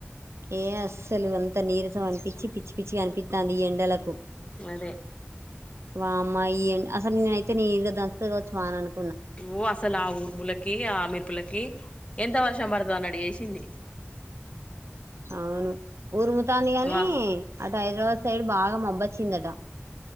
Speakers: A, on the right; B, on the left.
A: ఏ అస్సలు అంతా నీరసం అనిపించి పిచ్చి పిచ్చి అనిపితాంది ఇ ఎం డలకు
B: అదే
A: వమ్మా ఈ ఎం అసలు నిన్ననైతే నీ ఇరుగా దంచుతది కావచ్చు వానను
B: ఓ అసలు ఆ ఊరు ములకి ఆ మేరుపులకి ఎంత వర్ష పడుతదో అన్నట్టు చేసింది
A: అవును ఉరుముతాంది కాని
B: వా
A: అటు హైదరాబాద్ సైడ్ బాగా మబ్ వచ్చిందట